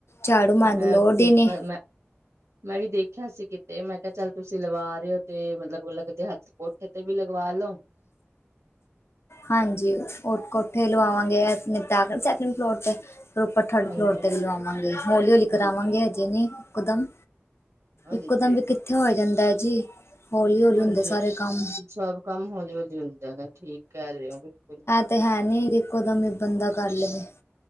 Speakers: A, on the left; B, on the right.
A: ਝਾੜੂ ਮਾਰਨ
B: ਮੈਂ
A: ਦੀ ਲੋੜ
B: ਦੇਖਿਆ
A: ਈ ਨੀ।
B: ਮੈਂ ਮੈਂ ਵੀ ਦੇਖਿਆ ਸੀ ਕਿਤੇ, ਮੈਂ ਕਿਹਾ ਚੱਲ ਤੁਸੀਂ ਲਵਾ ਰਹੇ ਓ ਤੇ ਮਤਲਬ ਲੱਗਦੇ ਕਦੇ ਹੱਥ ਕੋਠੇ ਤੇ ਵੀ ਲਗਵਾ ਲੋੋ।
A: ਹਾਂਜੀ, ਉਹ ਕੋਠੇ ਲਵਾਵਾਂਗੇ ਐ ਨਿਪਟਾਕੇ ਤਾ ਸੈਕਿੰਡ ਫਲੋਰ ਤੇ। ਫਿਰ ਉੱਪਰ ਥਰਡ
B: ਹਾਂਜੀ
A: ਫਲੋਰ ਤੇ ਵੀ ਲਵਾਵਾਂਗੇ, ਹੌਲੀ-ਹੌਲੀ
B: ਹਾਂਜੀ
A: ਕਰਾਵਾਂਗੇ ਹਜੇ ਨੀ ਇਕਦਮ।
B: ਹਾਂਜੀ
A: ਇਕਦਮ ਵੀ ਕਿੱਥੇ ਹੋਇਆ ਜਾਂਦਾ ਜੀ, ਹੌਲੀ-ਹੌਲੀ
B: ਹਾਂਜੀ
A: ਹੁੰਦੇ ਸਾਰੇ ਕੰਮ।
B: ਬਿਲਕੁਲ ਸਭ ਕੰਮ ਹੌਲੀ-ਹੌਲੀ ਹੁੰਦੇ ਨੇ, ਠੀਕ ਕਹਿ ਰਹੇ ਓ ਬਿਲਕੁਲ।
A: ਤੇ ਹੈ ਨੀ, ਦੇਖੋ ਇੱਕੋਦਮ ਹੀ ਬੰਦਾ ਕਰ ਲਵੇ,